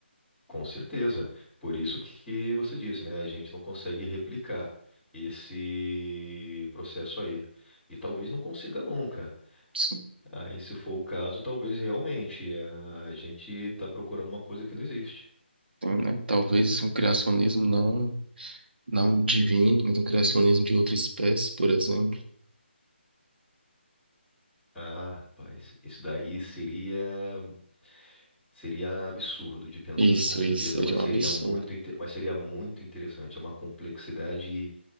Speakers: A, in the centre; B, on the right.
A: Com certeza. Por isso que você disse, né? A gente não consegue replicar esse processo aí. E talvez não consiga nunca.
B: Sim,
A: Aí, se for o caso, talvez realmente eh, a gente está procurando uma coisa que não existe.
B: tem, né? Talvez um criacionismo não. não divino, mas um criacionismo de outra espécie, por exemplo.
A: Ah, rapaz, isso daí seria seria absurdo de pensar,
B: Isso,
A: com certeza,
B: isso seria
A: mas
B: um
A: seria
B: absurdo.
A: muito, inte- mas seria muito interessante. É uma complexidade